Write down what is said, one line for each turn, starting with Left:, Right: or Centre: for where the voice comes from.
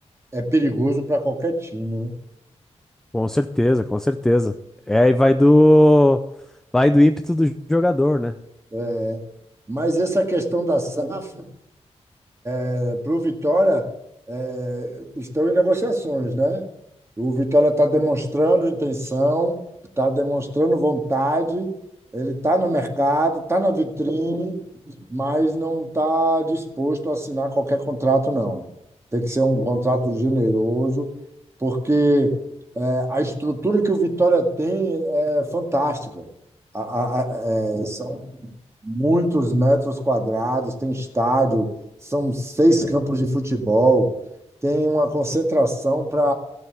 Right: é perigoso para qualquer time, né?
Centre: Com certeza, com certeza. É, e vai do vai do ímpeto do jogador, né?
Right: É. Mas essa questão da SAF é, para o Vitória é, estão em negociações, né? O Vitória está demonstrando intenção, está demonstrando vontade, ele está no mercado, está na vitrine, mas não está disposto a assinar qualquer contrato, não. Tem que ser um contrato generoso, porque é, a estrutura que o Vitória tem é é fantástica. A- a- a- é, são muitos metros quadrados, tem estádio, são seis campos de futebol, tem uma concentração para